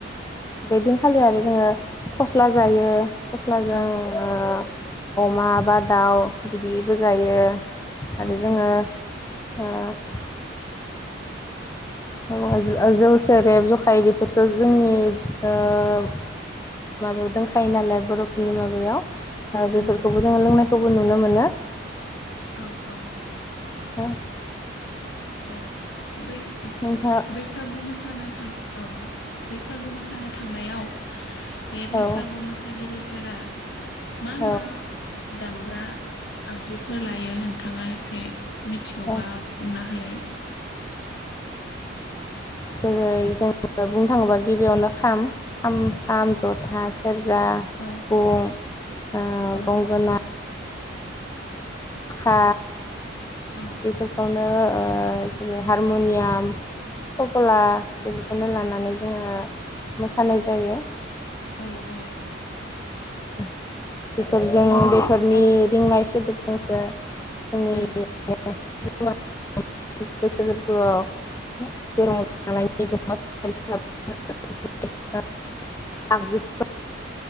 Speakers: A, on the left; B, on the left.
A: बेदिन खाालि आरो जोङो फस्ला जायो। फस्लाजों
B: औ
A: अमा बा दाउ बिदिबो जायो
B: औ
A: आरो जोङो
B: औ
A: हम। म जौ सेरेब जखाय बेफोरथ' जोंनि माबायाव दंखायो नालाय बर'फोरनि माबायाव बेफोरखौबो
B: उम
A: जोङो लोंनाय खौबो नुनो मोनो।
B: औ औ
A: हा
B: अ बै
A: नोंथाङा
B: बैसागु मोसानो थां औ। बैसागु मोसानो थांनायाव बे
A: ओ
B: बैसागु मोसागिरि फोरा मा
A: औ
B: मा दामग्रा आगजुफोर लाय यो नोंथाङा एसे मिथिगौबा
A: औ
B: बुंना होलाय
A: जोहै जों बुंनो थाङोबा गिबियावनो खाम आम खाम, जथा, सेरजा,
B: औ
A: सिफुं ओ
B: औ
A: गंगोना हा
B: औ
A: बेफोरखौनो ओ जेरै हारमुनियाम तबला बेफोरखौनो लानानै जोङो मोसानाय जायो।
B: औ औ
A: <unintelligible> फोरजों बेफोरनि
B: औ
A: रिंनाय सोदोबजोंसो जोंनि
B: उम
A: <unintelligible> गोसो गोरबोआव सेराव <unintelligible> आगजुफोर